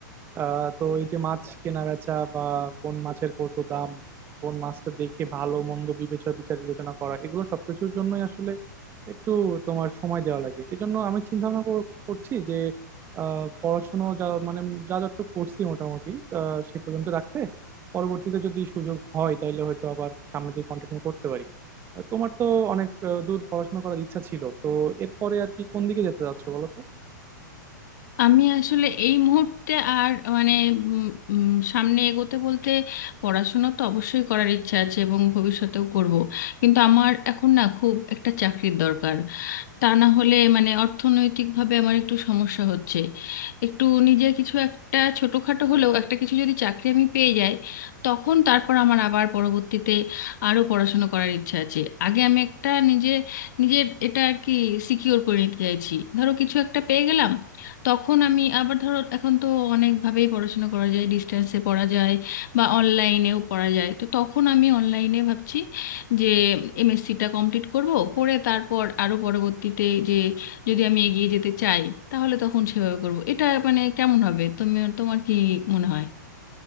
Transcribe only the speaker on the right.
আহ তো এই যে মাছ কেনা বেচা বা কোন মাছের কত দাম কোন মাছটা দেখে ভালো মন্দ বিবেচনা বিচার বিবেচনা করা এগুলো সবকিছুর জন্যই আসলে একটু তোমার সময় দেওয়া লাগে এজন্য আমি চিন্তা ভাবনা করছি যে আহ পড়াশোনা যা মানে যা যতটুকু করছি মোটামুটি আহ সে পর্যন্ত রাখতে পরবর্তীতে যদি সুযোগ হয় তাহলে হয়তো আবার সামনে দিয়ে কন্টিনিউ করতে পারি আহ, তোমার তো অনেক আহ, দূর পড়াশোনা করার ইচ্ছা ছিল তো এরপরে আর কি কোন দিকে যেতে চাচ্ছো বলো তো